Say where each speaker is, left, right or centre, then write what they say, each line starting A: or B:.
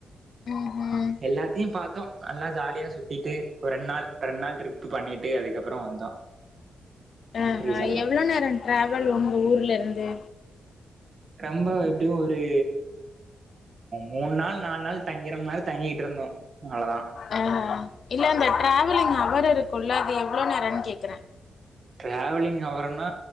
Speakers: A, on the left (about 55°); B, on the right (about 45°).
A: ம்ஹும்
B: எல்லாத்தையு பாத்தோ நல்லா ஜாலியா சுத்திட்டு ஒரு ரெண்டு நாள் ரெண்டு நாள் ட்ரிப்பு பண்ணிட்டு அதுக்கப்புறோ வந்தோ
A: ஆ‌ஆ
B: ரீசண்டா
A: எவ்வளோ நேரோ டிராவல் உங்க ஊர்ல இருந்து
B: ரொம்ப எப்டியு ஒரு மூணு நாள் நாலு நாள் தங்கிற மாரி தங்கிட்டு இருந்தோ அவ்ளோதா
A: ஆ இல்ல அந்த டிராவலிங் அவர் இருக்குமல்ல அது எவ்வளோ நேரோனு கேக்குற
B: டிராவலிங் அவரனா